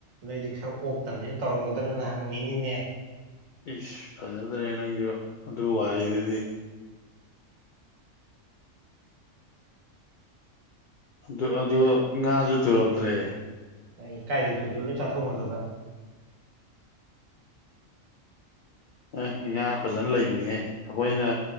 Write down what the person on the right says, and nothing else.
ꯅꯣꯏꯗꯤ ꯈꯔ ꯑꯣꯛꯇꯕꯅꯤꯅ ꯇꯧꯔꯝꯒꯗ꯭ꯔꯅ ꯍꯪꯉꯤꯅꯤꯅꯦ
ꯑꯩꯅ
ꯑꯩ ꯀꯥꯏꯗꯩ ꯊꯨꯗꯣꯏꯅꯣ ꯂꯣꯏ ꯆꯥ ꯊꯣꯛ ꯑꯃꯗꯣꯏꯗ